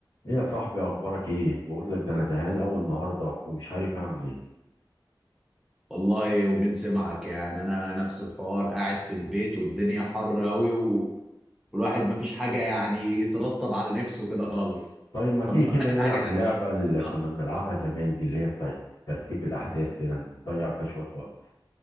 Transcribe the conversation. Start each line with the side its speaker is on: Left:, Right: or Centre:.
Left: ايه يا صاحبي اخبارك ايه بقول لك ده انا زهقان قوي النهارده ومش عارف اعمل ايه
Centre: والله ومين سمعك يعني انا نفس الحوار قاعد في البيت والدنيا حر قوي و... والواحد مفيش حاجه يعني يترطب على نفسه كده خالص
Left: طيب ما تيجي
Centre: طب ما اقول
Left: كده
Centre: لك
Left: نلعب
Centre: على حاجه حلوه
Left: اللعبه اللي كنا
Centre: اه
Left: بنلعبها زمان دي اللي هي بتاعت ترتيب الاحداث كده نضيع بيها شويه وقت